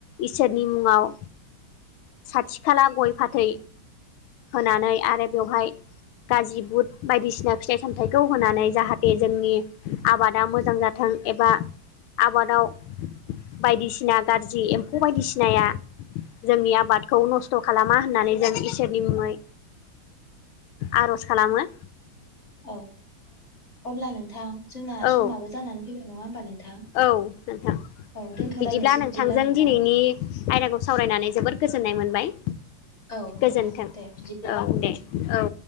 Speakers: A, on the left (about 85°); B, on the left (about 35°).
A: इसोरनि मुङाव साथि खाला गय फाथै होनानै आरो बेवहाय गाजि बुट बायदिसिना फिथाइ सामथाइखौ होनानै जाहाथे जोंनि आबादा मोजां जानाय गोथां एबा आबादाव बायदिसिना गाज्रि जि एम्फौ बायदिसिनाया जोंनि आबादखौ नस्थ' खालामा होननानै जों इसोरनि मुङै आर'ज खालामो
B: औ अब्ला नोंथां जोंना
A: औ
B: समाबो जानानै फैबाय नङा होमबा नोंथां
A: औ नोंथां
B: औ दोनथ'लायनोसै
A: बिदिब्ला नोंथांजों
B: नोंथां
A: दिनैनि आयदाखौ सावरायनानै जोबोर गोजोननाय मोनबाय
B: औ नोंथां
A: गोजोन्थों
B: दे बिदिब्ला
A: औ दे औ